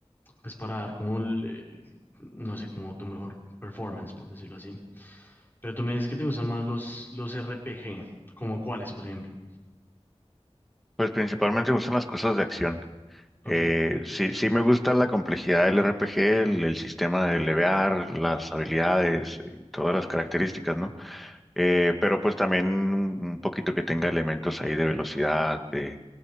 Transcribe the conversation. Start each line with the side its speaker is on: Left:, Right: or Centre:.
Left: pues para dar como el, el- no sé, como tu mejor performance, por decirlo así. Pero tú me dices que te gustan más los, los RPG, como cuáles, por ejemplo.
Centre: Pues principalmente me gustan las cosas de acción.
Left: Ok.
Centre: Eh, sí, sí me gusta la complejidad del RPG, el, el sistema de levear, las habilidades, y todas las características, ¿no? Eh, pero pues también un un poquito que tenga elementos ahí de velocidad, de,